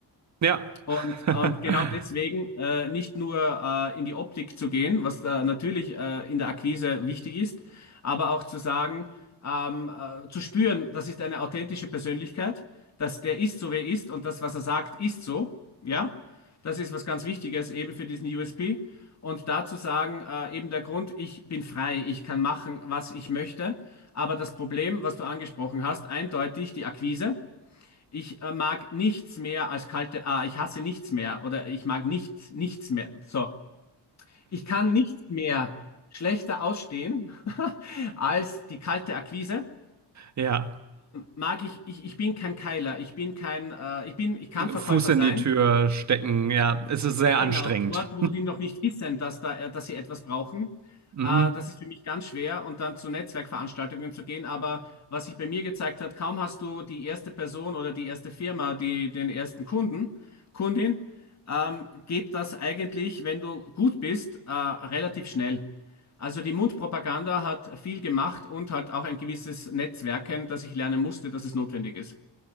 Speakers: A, on the right; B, on the left.
A: Ja.
B: Und,
A: <laughs>
B: und genau deswegen äh, nicht nur äh, in die Optik zu gehen, was da natürlich äh, in der Akquise wichtig ist, aber auch zu sagen, ähm, äh, zu spüren, das ist eine authentische Persönlichkeit, dass der ist so, wer er ist und das, was er sagt, ist so. Ja, das ist was ganz Wichtiges eben für diesen USP. Und dazu sagen, äh, eben der Grund, ich bin frei, ich kann machen, was ich möchte. Aber das Problem, was du angesprochen hast, eindeutig die Akquise. Ich äh, mag nichts mehr als kalte, ah, ich hasse nichts mehr oder ich mag nicht, nichts mehr. So, ich kann nichts mehr schlechter ausstehen <laughs> als die kalte Akquise.
A: Ja.
B: Mag ich, ich, ich bin kein Keiler, ich bin kein, äh, ich bin, ich kann Verkäufer
A: Fuß in
B: sein,
A: die Tür stecken, ja, es ist sehr
B: Genau,
A: anstrengend.
B: dort, wo die noch nicht <laughs> wissen, dass da, äh, dass sie etwas brauchen,
A: <laughs> Mhm.
B: äh, das ist für mich ganz schwer und dann zu Netzwerkveranstaltungen zu gehen. Aber was sich bei mir gezeigt hat, kaum hast du die erste Person oder die erste Firma, die den ersten Kunden, Kundin, ähm, geht das eigentlich, wenn du gut bist, äh, relativ schnell. Also die Mundpropaganda hat viel gemacht und halt auch ein gewisses Netzwerken, das ich lernen musste, dass es notwendig ist.